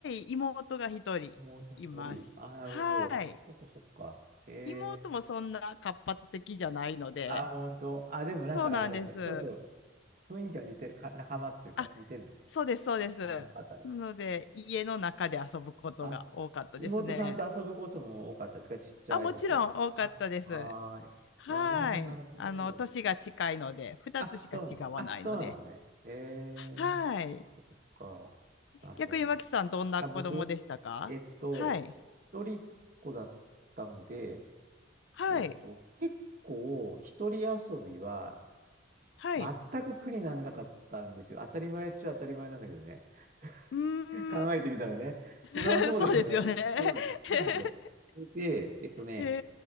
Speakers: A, on the left; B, on the right.
A: 弟、妹が一人います。
B: 妹一人。あ、なるほど。
A: はい。
B: そっかそっか。えー、
A: 妹もそんな活発的じゃないので、
B: あ、本当。あ、でもなんかあれですね。
A: そうなんです。
B: ちょっと雰囲気は似て、か、仲間っていうか似てるのね。
A: あ、そうです、そうです。
B: あ、
A: なので、
B: よかったですね。
A: 家の中で遊ぶことが多かったですね。
B: あ、妹さんと遊ぶことも多かったですかちっちゃい時は。
A: あ、もちろん多かったです。
B: あ、はーい。
A: はい。
B: なるほど、なるほど。
A: あの、年が近いので、二つしか違わないので。
B: あ、そうなの、あ、そうなのね。え
A: はい。
B: えそっかそっか。なるほど。
A: 逆に脇さん、どんな子供でしたかはい。
B: あ、僕、えっと、一人っ子だったので、
A: はい。
B: えっと、結構、一人遊びは
A: はい。
B: 全く苦にならなかったんですよ。当たり前っちゃ当たり前なんだけどね。
A: うーん。
B: <laughs> 考えてみたらね。
A: <laughs>
B: それはそうだよね。
A: そうですよね。
B: うん。そうなんだそれで、
A: <laughs>
B: えっとね、
A: へ